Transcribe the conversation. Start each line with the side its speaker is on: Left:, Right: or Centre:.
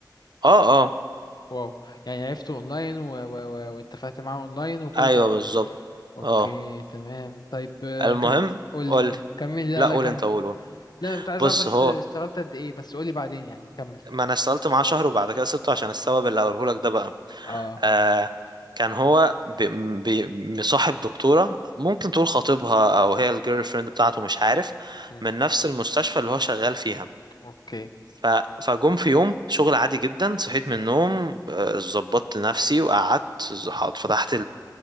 Right: اه اه
Left: واو يعني عرفته أونلاين و... و... و... واتفقت معاه أونلاين وكل
Right: ايوه
Left: ده أونلاين
Right: بالظبط
Left: أوكي
Right: اه
Left: تمام طيب آه،
Right: المهم
Left: ك... قول
Right: قول
Left: لي
Right: لي
Left: كمل لا
Right: لا
Left: لا
Right: قول
Left: كمل
Right: انت قول قول
Left: لا أنا كنت عايز
Right: بص
Left: أعرف بس
Right: هو
Left: اشتغلت قد إيه بس قول لي بعدين يعني كمل
Right: ما انا اشتغلت معاه شهر وبعد كده سبته عشان السبب اللي هقوله لك ده بقى
Left: اه
Right: آه كان هو بي بي مصاحب دكتورة ممكن تقول خطيبها او هي الجيرل فريند بتاعته مش عارف
Left: مم.
Right: من نفس المستشفى اللي هو شغال فيها
Left: أوكي
Right: ف... فجم في يوم شغل عادي جدا صحيت من النوم آه، ظبطت نفسي وقعدت ز- حط- فتحت